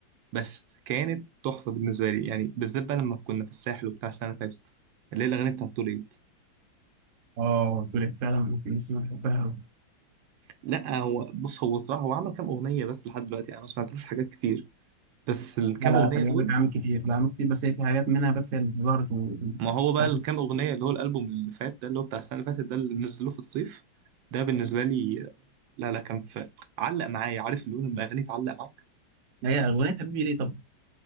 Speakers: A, on the right; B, on the right.
A: بس كانت تحفة بالنسبة لي يعني بالذات بقى لما كنا في الساحل وبتاع السنة اللي فاتت اللي هي الأغاني بتاعت توليد
B: اه طلعت فعلا من الناس اللي انا بحبها
A: لا هو بص هو صراحة هو عمل كام أغنية بس لحد دلوقتي يعني أنا ما سمعتلوش حاجات كتير بس الكام
B: لا لا
A: أغنية
B: خلي
A: دول
B: بالك عامل كتير لا عامل كتير بس هي في حاجات منها بس هي اللي ظهرت و...
A: ما هو
B: فاهم
A: بقى الكام أغنية اللي هو الألبوم اللي فات ده اللي هو بتاع السنة اللي فاتت ده اللي نزلوه في الصيف ده بالنسبة لي لا لا كان في... علق معايا عارف اللي هو لما أغنية تعلق معاك
B: هي أغنية حبيبي ليه طبعا